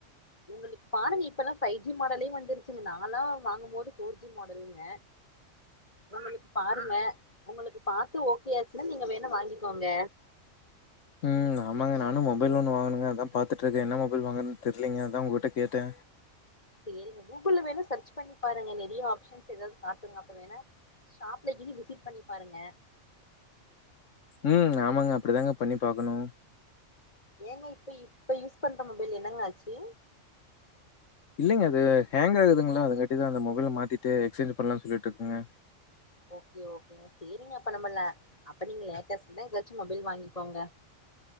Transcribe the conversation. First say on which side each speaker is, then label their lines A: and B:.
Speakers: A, on the left; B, on the left.
A: உங்களுக்கு பாருங்க இப்பல்லா ஃபைவ் ஜி மாடலே வந்துருச்சுங்க நாலா வாங்குபோது ஃபோர் ஜி மாடலுங்க உங்களுக்கு பாருங்க உங்களுக்கு பாத்து ஓகே ஆச்சுன்னா நீங்க வேணா வாங்கி கோங்க
B: ம் ஆமாங்க நானு மொபைல் ஒன்னு வாங்கனுங்க அதா பாத்துட்டு இருக்க என்ன மொபைல் வாங்கறதுன்னு தெரியலீங்க அதா உங்க கிட்ட கேட்ட
A: சரிங்க கூகுள் வேணா சர்ச் பண்ணி பாருங்க நெறய ஆப்ஷன்ஸ் எதாவது காட்டுங்க அப்ப வேணா ஷாப்ல இனி விசிட் பண்ணி பாருங்க
B: ம் ஆமாங்க அப்படிதாங்க பண்ணி பாக்கணு
A: ஏங்க இப்ப இப்ப யூஸ் பண்ற மொபைல் என்னங்க ஆச்சு
B: இல்லைங்க அது ஹேங் ஆகுதுங்களா அதுங்காட்டிதா அந்த மொபைல மாத்திட்டு எக்சேஞ் பண்ணலா சொல்லிட்டு இருக்கங்க
A: ஓகே ஓகேங்க செரிங்க அப்போ நம்மல்ல அப்போ நீங்க லேட்டஸ்ட் தா எதாச்சு மொபைல் வாங்கிக்கோங்க